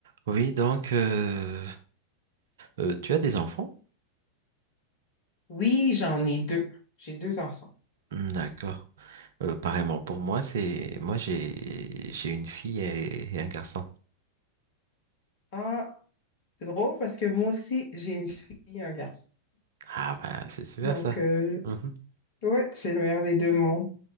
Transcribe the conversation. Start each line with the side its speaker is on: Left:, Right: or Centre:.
Right: Oui, donc euh, euh, tu as des enfants?
Left: Oui, j'en ai deux. J'ai deux enfants.
Right: Hmm, D'accord. Euh, pareillement pour moi, c'est moi j'ai j'ai une fille et, et un garçon.
Left: Ah, c'est drôle parce que moi aussi, j'ai une fille et un garçon.
Right: Ah bah c'est super
Left: Donc,
Right: ça.
Left: euh,
Right: Mhm,
Left: ouais, j'ai le meilleur des deux mondes.